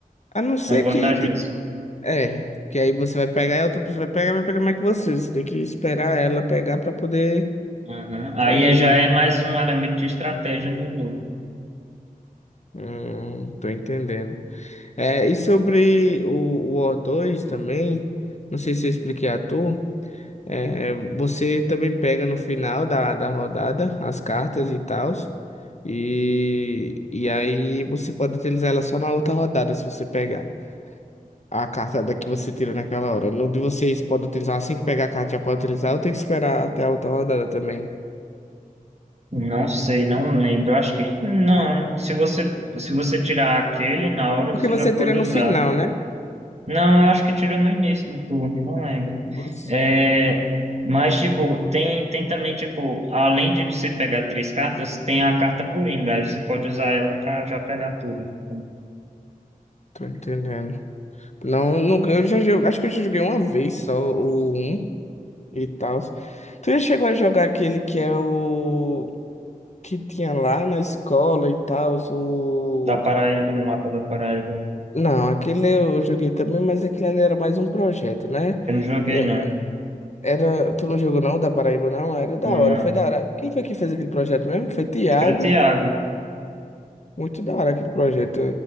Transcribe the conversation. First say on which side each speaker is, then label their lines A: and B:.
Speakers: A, on the left (about 50°); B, on the right (about 50°).
A: A não ser
B: tão vantajoso.
A: que. ti- É. Que aí você vai pegar e a outra pessoa vai pegar, vai pegar mais que você. Você tem que esperar ela pegar pra poder.
B: Uhum. Aí
A: Fazer
B: é, já é mais um elemento de estratégia no jogo.
A: Hum, tô entendendo. É, e sobre o, o O2 também, não sei se eu expliquei a tu, é, você também pega no final da, da rodada as cartas e tal, e, e aí você pode utilizar ela só na outra rodada, se você pegar a carta da que você tirou naquela hora. No de vocês pode utilizar assim que pegar a carta, já pode utilizar, ou tem que esperar até a outra rodada também?
B: Não sei, não lembro. Acho que não. Se você, se você tirar aquele, na hora
A: Porque
B: você
A: você
B: já pode
A: tira no
B: usar.
A: final, né?
B: Não, eu acho que tira no início do turno, não lembro.
A: Você...
B: É, mas, tipo, tem, tem também, tipo, além de você pegar três cartas, tem a carta Coringa, aí você pode usar ela pra já pegar tudo. tipo,
A: Tô entendendo. Não, nunca. Eu já joguei. Acho que eu já joguei uma vez só o um e tal. Tu já chegou a jogar aquele que é o. Que tinha lá na escola e tal, o.
B: Da Paraíba, no mapa da Paraíba.
A: Não, aquele eu joguei também, mas aquele ali era mais um projeto, né?
B: Eu não joguei,
A: É,
B: não.
A: era. Tu não jogou não, o da Paraíba, não? Era da
B: Não.
A: hora, foi da hora. Quem foi que fez aquele projeto mesmo? Foi Tiago.
B: Acho que era Thiago.
A: Muito da hora aquele projeto.